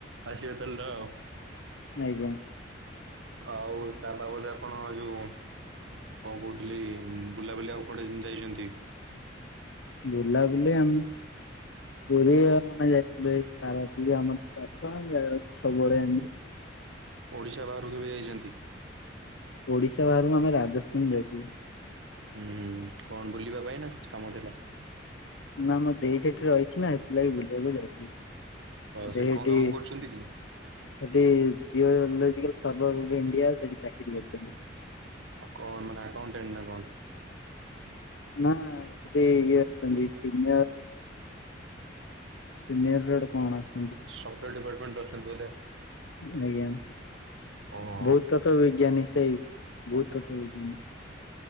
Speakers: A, on the right; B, on the left.
A: ଆସିବେ ତାହେଲେ ର ଆଉ
B: ଆଜ୍ଞା
A: ଆଉ ତା ବାବଦ ଆପଣ ଯୋଉ କଣ କହୁଥିଲି ବୁଲାବୁଲି ଆଉ କଡେ ଯାଇଛନ୍ତି
B: ବୁଲାବୁଲି ଆମେ
A: ହ
B: ପୁରୀ ଆମେ ଯାଇଥିଲୁ ଏଇ ପାରାପ ଆମର ପାଖ ସବୁବେଳେ ଏମିତି
A: ଓଡ଼ିଶା ବାହାରକୁ ବି ଯାଇଛନ୍ତି
B: ଓଡିଶା ବାହାରୁ ଆମେ ରାଜସ୍ଥାନ ଯାଇଥିଲୁ
A: ହୁଁ କଣ ବୁଲିବା ପାଇଁ ନା କିଛି କାମ ଥିଲା
B: ନା ମଁ ଦେଇ ସେଠି ରହିଛି ନା ସେଥିଲାଗି ବୁଲିବାକୁ ଯାଇଥିଲୁ
A: ତ
B: ଦେହେଟି
A: ସେଠି କଣ କାମ କରୁଛନ୍ତି କି?
B: ସେଠି ଜିଓଲୋଜିକାଲ ସର୍ଭର ଅଫ ଇଣ୍ଡିଆ ସେଠି ଚାକିରି କରିଛନ୍ତି
A: ଆ କଣ ମାନେ ଆକାଉଣ୍ଟ ଏଣ୍ଟ ନା କଣ
B: ନା ସେଠି ଇଏ ଅଛନ୍ତି ସିନିୟର ସ ନି ରେଟ କଣ ଅ
A: ସଫ୍ଟୱୋର ଡିାର୍ଟମେଣ୍ଟ ଅଛନ୍ତି ବୋଧେ
B: ଆଜ୍ଞା
A: ଓହୋ
B: ଭହୁତତଵ ବିଜ୍ଞାନୀ ସେଇ ଭହୁତ ତତଵ ବିଜ୍ଞାନୀ
A: ଶ